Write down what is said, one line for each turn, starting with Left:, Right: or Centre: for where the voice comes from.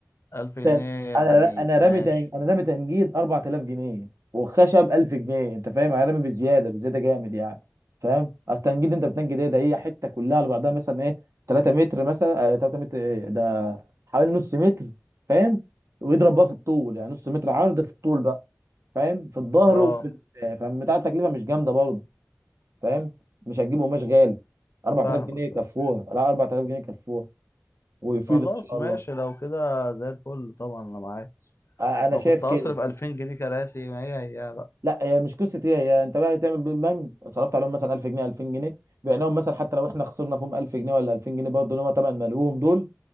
Left: ألف جنيه
Right: تاني. انا
Left: حديد
Right: انا رامي
Left: ماشي
Right: تن... انا رامي تنجيد 4000 جنيه والخشب 1000 جنيه انت فاهم انا رامي بزياده بزياده جامد يعني فاهم اصل تنجيد انت بتنجد ايه ده هي حته كلها على بعضها مثلا ايه 3 متر مثلا آه 3 متر ايه ده حوالي نص متر فاهم ويضرب بقى في الطول يعني نص متر عرض في الطول بقى فاهم في الظهر
Left: اه
Right: وفي ال- فاهم بتاع التكلفه مش جامده برضه فاهم مش هتجيب قماش غالي 4000
Left: فاهمك
Right: جنيه يكفوها
Left: فاهم
Right: لا 4000 جنيه يكفوها ويفيد
Left: خلاص
Right: ان شاء
Left: ماشي
Right: الله
Left: لو كده زي الفل طبعا انا معاك
Right: أ- انا
Left: ما
Right: شايف
Left: كنت
Right: كده
Left: هصرف ألفين جنيه كراسي ما هي هي بقى
Right: لا هي مش قصه ايه هي انت بقى تعمل بالبنك صرفت عليهم مثلا 1000 جنيه 2000 جنيه بعناهم مثلا حتى لو احنا خسرنا فيهم 1000 جنيه ولا 2000 جنيه برضه اللي هم تمن ملوهم دول